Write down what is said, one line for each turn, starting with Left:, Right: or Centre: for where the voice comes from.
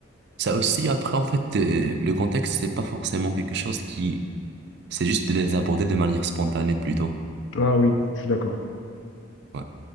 Right: Ça aussi, après, en fait, euh, le contexte, c'est pas forcément quelque chose qui... C'est juste de les aborder de manière spontanée plutôt.
Left: Ah oui, je suis d'accord.
Right: Ouais,